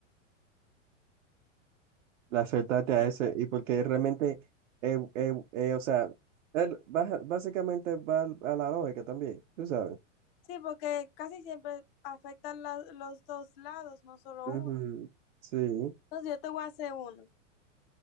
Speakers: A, on the right; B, on the left.
A: le acertaste a
B: Eh,
A: ese, y porque realmente, eh, eh, eh, o sea, él baja- básicamente va al- a la lógica también, tú sabes.
B: sí, porque casi siempre afectan la- los dos lados, no solo
A: Ujú,
B: uno.
A: Sí,
B: Entonces yo te voy a hacer uno.